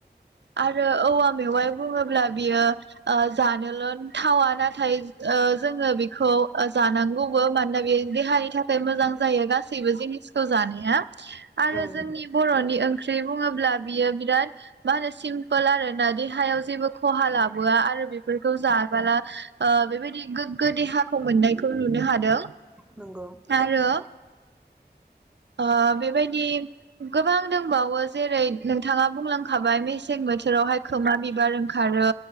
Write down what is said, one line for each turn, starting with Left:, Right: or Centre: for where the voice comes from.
Right: आरो औवा मेवाइ बुङोब्ला बियो ओ जानोल' थावा नाथाय ओ जोङो बेखौ ओ जानांगौबो मानोना बेयो देहानि थाखाय मोजां। जायो गास सैबो जिनिसखौ जानाया
Centre: औ
Right: आरो
Centre: नंगौ औ
Right: जोंनि
Centre: नंगौ
Right: बर'नि ओंख्रि बुङो अब्ला बियो बिराद मा होनो सिम फोल आरोना देहायाव जेबो खहा लाबोआ आरो। बेफोरखौ जाबोला ओ बेबायदि गो गोगो देहाखौ मोननायखौ नुनो हादों।
Centre: नंगौ
Right: आरो ओ बेबायदि गोबां दंबावो जेरै नोंथाङा बुंलांखाबाय मेसें बोथोरावहाय खोमा बिबार ओंखारो